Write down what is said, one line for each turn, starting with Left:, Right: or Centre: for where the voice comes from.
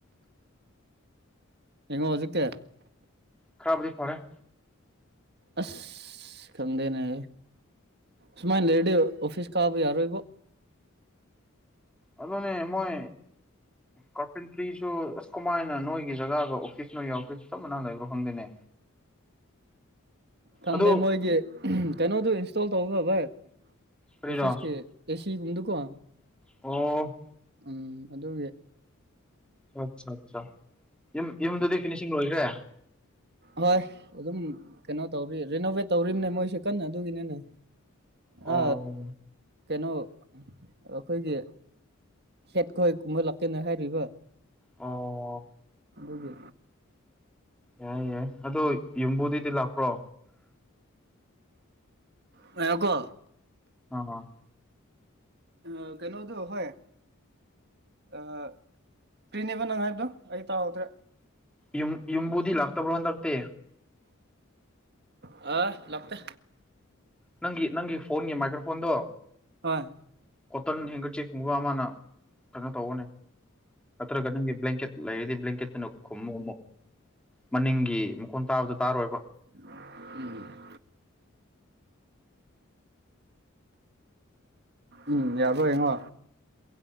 Right: ꯌꯦꯡꯉꯣ ꯍꯧꯖꯤꯛ ꯇꯤ
Centre: ꯈꯔꯕꯗꯤ ꯐꯔꯦ
Right: ꯑꯁ ꯈꯪꯗꯦꯅꯦ ꯁꯨꯃꯥꯏꯅ ꯂꯩꯔꯗꯤ ꯑꯣꯐꯤꯁ ꯀꯥꯕ ꯌꯥꯔꯣꯏꯕꯣ
Centre: ꯑꯗꯨꯅꯦ ꯃꯣꯏ ꯀꯥꯔꯄꯦꯟꯇ꯭ꯔꯤꯁꯨ ꯑꯁ ꯀꯃꯥꯏꯅ ꯅꯣꯏꯒꯤ ꯖꯒꯥꯒ ꯑꯣꯐꯤꯁ ꯅꯣꯏ ꯌꯥꯎꯒꯁꯨ ꯆꯞ ꯃꯅꯥ ꯂꯩꯕ꯭ꯔꯣ ꯈꯪꯗꯦꯅꯦ
Right: ꯈꯪꯗꯦ
Centre: ꯑꯗꯨ
Right: ꯃꯣꯏꯒꯤ ꯀꯩꯅꯣꯗꯨ ꯏꯟꯁꯇꯣꯜ ꯇꯧꯈ꯭ꯔ ꯚꯥꯏ
Centre: ꯀꯔꯤꯔꯣ
Right: ꯑꯣꯐꯤꯁ ꯀ ꯑꯦꯁꯤ ꯀꯨꯝꯗꯀꯣ
Centre: ꯑꯣ
Right: ꯎꯝ ꯑꯗꯨꯒꯤ
Centre: ꯑꯠ ꯑꯠꯆꯥ ꯌꯨꯝ ꯌꯨꯝꯗꯨꯗꯤ ꯐꯤꯅꯤꯁꯤꯡ ꯂꯣꯏꯈ꯭ꯔꯦ
Right: ꯍꯣꯏ ꯑꯗꯨꯝ ꯀꯩꯅꯣ ꯇꯧꯔꯤ ꯔꯤꯅꯣꯚꯦꯠ ꯇꯧꯔꯤꯝꯅꯦ ꯃꯣꯏꯁꯦ ꯀꯟꯅ ꯑꯗꯨꯒꯤꯅꯅꯦ
Centre: ꯑꯣ
Right: ꯑ ꯀꯩꯅꯣ ꯑꯩꯈꯣꯏꯒꯤ ꯁꯦꯠ ꯈꯍꯣꯏ ꯀꯨꯝꯍ ꯂꯥꯛꯀꯦꯅꯦ ꯍꯥꯏꯔꯤꯕ
Centre: ꯑꯣ
Right: ꯑꯗꯨꯒꯤ
Centre: ꯌꯥꯏ ꯌꯥꯏ ꯑꯗꯣ ꯌꯨꯝꯕꯨꯗꯨꯗꯤ ꯂꯥꯛꯄ꯭ꯔꯣ
Right: ꯄꯥꯏꯌꯣꯀꯣ
Centre: ꯑꯥ
Right: ꯑ ꯀꯩꯅꯣꯗꯣ ꯍꯣꯏ ꯑꯥ ꯀ꯭ꯔꯤꯅꯦꯕ ꯅꯪ ꯍꯥꯏꯕꯗꯣ ꯑꯩ ꯇꯥꯍꯧꯗ꯭ꯔꯦ
Centre: ꯌꯨꯝ ꯌꯨꯝꯕꯨꯗꯤ ꯂꯥꯛꯇꯕ꯭ꯔꯣ ꯍꯟꯗꯛꯇꯤ
Right: ꯑ ꯂꯥꯛꯇꯦ
Centre: ꯅꯪꯒꯤ ꯅꯪꯒꯤ ꯐꯣꯟꯒꯤ ꯃꯥꯏꯀ꯭ꯔꯣꯐꯣꯟꯗꯣ
Right: ꯑꯥ
Centre: ꯑꯧꯇꯝ ꯗꯤ ꯍꯦꯡꯀꯔꯆꯤꯞ ꯀꯨꯝꯕ ꯑꯃꯥꯅ ꯀꯩꯅꯣ ꯇꯧꯕꯥꯅꯦ ꯅꯠꯇ꯭ꯔꯒ ꯅꯪꯒꯤ ꯕ꯭ꯂꯥꯡꯀꯦꯠ ꯂꯩꯔꯗꯤ ꯕ꯭ꯂꯦꯡꯀꯦꯠꯇꯨꯅ ꯈꯨꯝꯃꯨ ꯃꯅꯤꯡꯒꯤ ꯃꯈꯣꯟ ꯇꯥꯕꯗꯣ ꯇꯥꯔꯣꯏꯕ
Right: ꯎꯝ ꯎꯝ ꯌꯥꯕꯔꯥ ꯌꯦꯡꯉꯣ